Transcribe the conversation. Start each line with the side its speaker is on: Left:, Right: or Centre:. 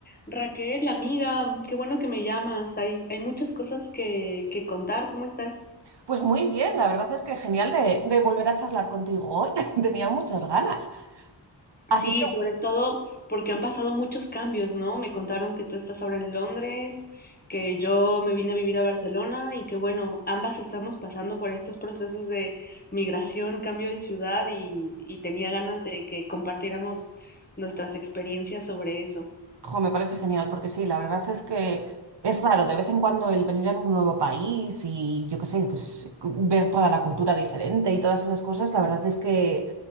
Left: Raquel, amiga, qué bueno que me llamas. Hay, hay muchas cosas que, que contar. ¿Cómo estás?
Right: Pues muy bien, la verdad es que genial de, de volver a charlar contigo hoy. <laughs> Tenía muchas ganas. Así
Left: Sí,
Right: que,
Left: sobre todo porque han pasado muchos cambios, ¿no? Me contaron que tú estás ahora en Londres, que yo me vine a vivir a Barcelona y que bueno, ambas estamos pasando por estos procesos de migración, cambio de ciudad y, y tenía ganas de que compartiéramos nuestras experiencias sobre eso.
Right: jo, me parece genial, porque sí, la verdad es que es raro de vez en cuando el venir a un nuevo país y yo qué sé, pues ver toda la cultura diferente y todas esas cosas, la verdad es que